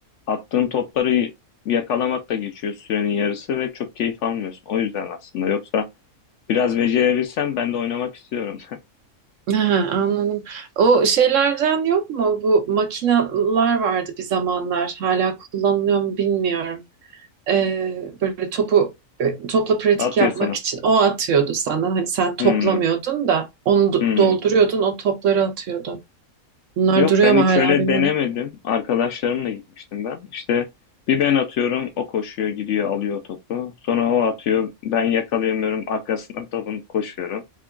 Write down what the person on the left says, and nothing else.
attığın topları yakalamakla geçiyor sürenin yarısı ve çok keyif almıyorsun. O yüzden aslında. Yoksa biraz becerebilsem ben de oynamak istiyorum.
<laughs> At
ya sana.
Hımm.
Hımm.
Yok
ben
hiç
öyle
denemedim. Arkadaşlarımla gitmiştim ben. İşte bir ben atıyorum o koşuyor gidiyor alıyor topu. Sonra o atıyor ben yakalayamıyorum arkasına topun koşuyorum.